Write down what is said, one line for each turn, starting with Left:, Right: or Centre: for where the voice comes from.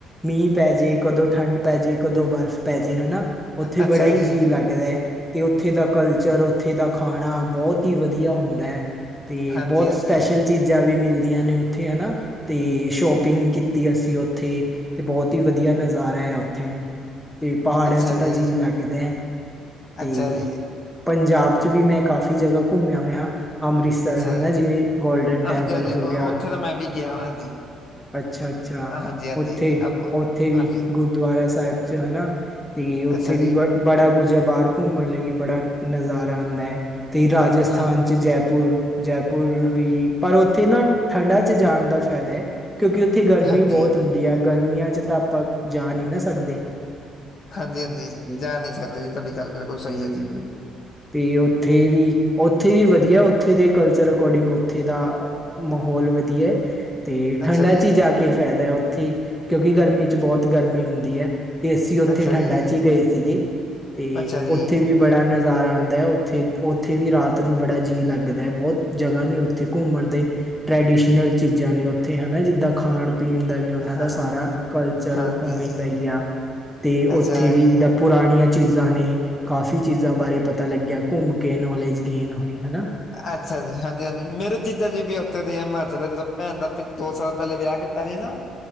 Centre: ਮੀਂਹ ਪੈ ਜੇ। ਕਦੋਂ ਠੰਢ ਪੈ ਜੇ ਕਦੋਂ ਬਰਫ਼ ਪੈ ਜੇ ਹਨਾ,
Left: ਅ-
Centre: ਓਥੇ
Left: ਅੱਛਾ
Centre: ਬੜਾ ਹੀ
Left: ਜੀ
Centre: ਜੀਅ ਲੱਗ ਕਿਵੇਂ, ਤੇ ਓਥੇ ਦਾ ਕਲਚਰ ਓਥੇ ਦਾ ਖਾਣਾ ਬਹੁਤ ਹੀ ਵਧੀਆ ਹੁੰਦਾ। ਤੇ
Left: ਹਾਂਜੀ
Centre: ਬਹੁਤ
Left: ਹਾਂਜੀ
Centre: ਸਪੈਸ਼ਲ ਚੀਜ਼ਾਂ ਵੀ ਮਿਲਦੀਆਂ ਨੇ ਓਥੇ ਹਨਾ। ਤੇ ਸ਼ੋਪਿੰਗ ਕੀਤੀ ਅਸੀਂ ਓਥੇ, ਤੇ ਬਹੁਤ ਈ ਵਦੀਆ ਨਜ਼ਾ ਨਜ਼ਾਰਾ ਹੈ ਓਥੇ ਤੇ ਪਹਾੜਾਂ
Left: ਅੱਛਾ
Centre: 'ਚ ਤਾਂ
Left: ਜੀ,
Centre: ਜੀਅ ਲੱਗਦਾ ਤੇ
Left: ਅੱਛਾ ਜੀ,
Centre: ਪੰਜਾਬ ਚ ਵੀ ਮੈਂ ਕਾਫ਼ੀ ਜਗ੍ਹਾ ਘੁੰਮਿਆ ਹੋਇਆ। ਅੰਮ੍ਰਿਤਸਰ
Left: ਅੱਛਾ
Centre: ਹਨਾ
Left: ਜੀ।
Centre: ਜਿਵੇਂ ਗੋਲਡਨ
Left: ਹਾਂਜੀ-ਹਾਂਜੀ
Centre: ਟੈਂਪਲ ਹੋ ਗਿਆ,
Left: ਉੱਥੇ ਤਾਂ ਮੈਂ ਵੀ ਗਿਆ
Centre: ਤਾਂ
Left: ਹੋਇਆ ਜੀ,
Centre: ਅੱਛਾ-ਅੱਛਾ,
Left: ਹਾਂਜੀ-ਹਾਂਜੀ
Centre: ਓਥੇ-ਓਥੇ
Left: ਹਾਂਜੀ, ਆਪ
Centre: ਵੀ।
Left: ਹਾਂਜੀ
Centre: ਗੁਰਦੁਆਰਾ ਸਾਹਿਬ ਚ ਹਨਾ, ਤੇ ਓਥੇ
Left: ਅੱਛਾ ਜੀ,
Centre: ਵੀ ਬ ਬੜਾ ਕੁਝ ਏ ਬਾਹਰ ਘੁੰਮਣ ਲਈ ਬੜਾ ਨਜ਼ਾਰਾ ਆਂਦਾ, ਤੇ ਰਾਜਸਥਾਨ
Left: ਹਾਂ,
Centre: ਚ ਜੈਪੁਰ, ਜੈਪੁਰ
Left: ਅ,
Centre: ਵੀ ਪਰ ਓਥੇ ਨਾ ਠੰਡਾਂ ਚ ਜਾਣ ਦਾ ਫੈਦਾ, ਕਿਉਂਕਿ ਓਥ ਓਥੇ ਗਰਮੀ
Left: ਹਾਂਜੀ।
Centre: ਬਹੁਤ ਹੁੰਦੀ ਆ, ਗਰਮੀਆਂ ਚ ਤਾਂ ਆਪਾਂ ਜਾ ਨੀ ਨਾ ਸਕਦੇ।
Left: ਹਾਂਜੀ-ਹਾਂਜੀ,
Centre: ਹਾਂਜੀ
Left: ਜਾ ਨੀ ਸਕਦੇ ਜੀ ਤੁਹਾਡੀ ਗੱਲ ਬਿਲਕੁਲ ਸਹੀ
Centre: ਹੂੰ
Left: ਐ ਜੀ।
Centre: ਤੇ ਓਥੇ ਵੀ-ਓਥੇ ਵੀ ਵਦੀਆ ਉੱਥੇ ਦੇ ਕਲਚਰ ਅਕੋਡਿੰਗ ਓਥੇ ਦਾ ਮਹੌਲ ਵਦੀਐ। ਤੇ ਠੰਡਾਂ
Left: ਅੱਛਾ ਜੀ।
Centre: ਚ ਹੀ ਜਾ ਕੇ ਫਾਇਦਾ ਓਥੇ, ਕਿਉਂਕਿ ਗਰਮੀ ਚ ਬਹੁਤ ਗਰਮੀ ਹੁੰਦਏ। ਤੇ ਅਸੀਂ ਓਥੇ
Left: ਅੱਛਾ
Centre: ਠੰਡਾਂ
Left: ਜੀ,
Centre: ਚ ਹੀ ਗਏ ਸੀਗੇ, ਤੇ
Left: ਅੱਛਾ ਜੀ,
Centre: ਓਥੇ ਵੀ ਬੜਾ ਨਜ਼ਾਰਾ ਆਂਦਾ, ਓਥੇ-ਓਥੇ ਵੀ ਰਾਤ ਨੂੰ ਬੜਾ ਜੀਅ ਲੱਗਦਾ, ਬੌਤ ਜਗਾਂ ਨੇ ਓਥੇ ਘੁੰਮਣ ਦੇ। ਟਰੈਡੀਸ਼ਨਲ ਚੀਜ਼ਾਂ ਨੇ ਓਥੇ ਹਨਾ ਜਿੱਦਾਂ ਖਾਣ-ਪੀਣ ਦਾ ਵੀ ਉਹਨਾਂ
Left: ਹਾਂ,
Centre: ਦਾ ਸਾਰਾ ਕਲਚਰ
Left: ਹਾਂਜੀ।
Centre: ਓਹ ਓਵੇਂ ਦਾ ਹੀ ਆ, ਤੇ
Left: ਅੱਛਾ
Centre: ਓਥੇ ਵੀ
Left: ਜੀ,
Centre: ਜਿੱਦਾਂ ਪੁ ਪੁਰਾਣੀਆਂ ਚੀਜ਼ਾਂ ਨੇ ਕਾਫੀ ਚੀਜ਼ਾਂ ਬਾਰੇ ਪਤਾ ਲੱਗਿਆ ਘੁੰਮ ਕੇ ਨੌਲੇਜ ਗੇਨ ਹੋਈ, ਹਨਾ?
Left: ਅੱਛਾ ਜੀ, ਹਾਂਜੀ-ਹਾਂਜੀ ਮੇਰੇ
Centre: ਹਾਂਜੀ।
Left: ਜੀਜਾ ਜੀ ਵੀ ਓਥੇ ਰਏ ਆ ਹਿਮਾਚਲ ਦਾ ਜਦੋਂ ਭੈਣ ਦਾ ਦੋ ਸਾਲ ਪਹਿਲੇ ਵਿਆਹ ਕੀਤਾ ਸੀ ਨਾ।